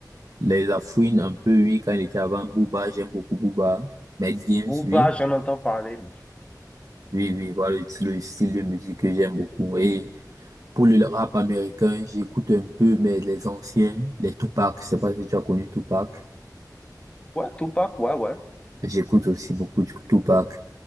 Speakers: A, on the right; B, on the left.
A: les Lafouine, un peu, oui, quand il était avant Booba, j'aime beaucoup Booba. Mais Games,
B: Booba,
A: oui.
B: j'en entends parler. mais-
A: Oui, oui, voilà le, le style de musique que j'aime beaucoup. Et pour le rap américain, j'écoute un peu, mais les anciens, les Tupac, je sais pas si tu as connu Tupac.
B: Ouais, Tupac, ouais, ouais.
A: J'écoute aussi beaucoup du Tupac.